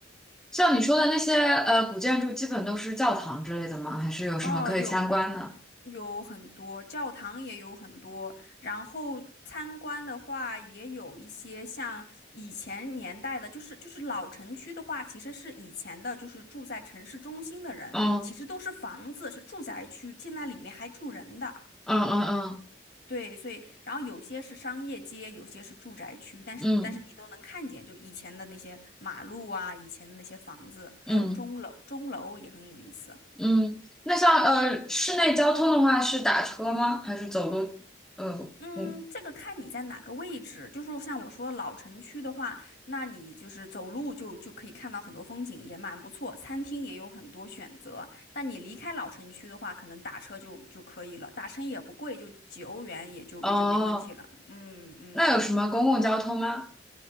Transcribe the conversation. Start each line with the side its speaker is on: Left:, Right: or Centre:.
Centre: 像你说的那些呃古建筑，基本都是教堂之类的吗？还是有什么可以参观的？
Left: 哦，有有很多，教堂也有很多，然后参观的话也有一些像以前年代的，就是就是老城区的话，其实是以前的，就是住在城市中心的人，
Centre: 嗯
Left: 其实都是房子，是住宅区，现在里面还住人的。
Centre: 嗯嗯嗯
Left: 对，所以然后有些是商业街，有些是住宅区，但是但是你都能看见，
Centre: 嗯
Left: 就以前的那些马路啊，以前的那些房子，还有钟楼，
Centre: 嗯
Left: 钟楼也很有意思。
Centre: 嗯，那像呃室内交通的话，是打车吗？还是走路？呃嗯
Left: 嗯，这个看你在哪个位置，就是像我说老城区的话，那你就是走路就就可以看到很多风景，也蛮不错，餐厅也有很多选择。但你离开老城区的话，可能打车就就可以了，打车也不贵，就几欧元也就也就没问题了。
Centre: 哦，
Left: 嗯嗯，
Centre: 那有什么公共交通吗？